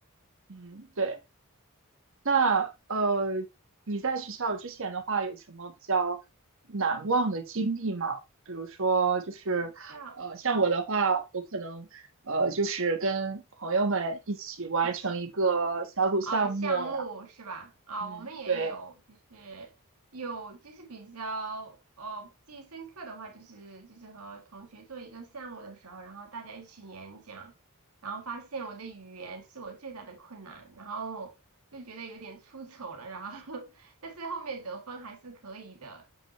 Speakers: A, on the right (about 60°); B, on the right (about 85°).
A: 嗯，对。那呃，你在学校之前的话，有什么比较难忘的经历吗？比如说，就是呃，
B: <laughs> 这样，
A: 像我的话，我可能呃，就是跟朋友们一起完成一个小组项目。
B: 嗯，起。啊、项目是吧？
A: 然
B: 啊、
A: 嗯对，
B: 我们也有，就是有就是比较呃记忆深刻的话，就是就是和同学做一个项目的时候，然后大家一起演讲，然后发现我的语言是我最大的困难，然后就觉得有点出丑了，然后 <laughs> 但是后面得分还是可以的，